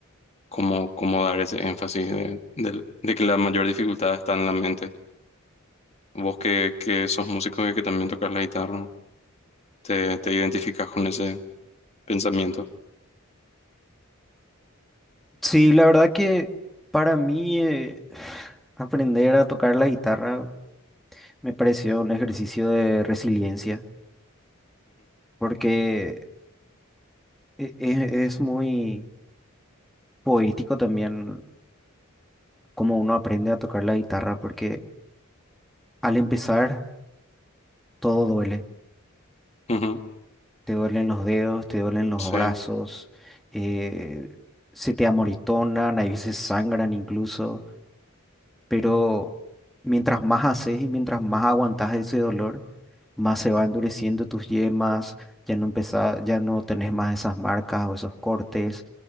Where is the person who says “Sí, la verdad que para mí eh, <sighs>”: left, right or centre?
Centre